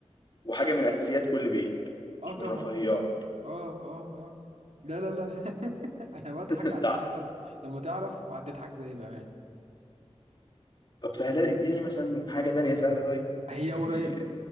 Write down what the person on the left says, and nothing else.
وحاجه من اساسيات كل بيت
مش
من رفاهيات
<laughs> انت
ع-
طب سهلها اديني مثلا حاجه تانية سهله طيب
يعني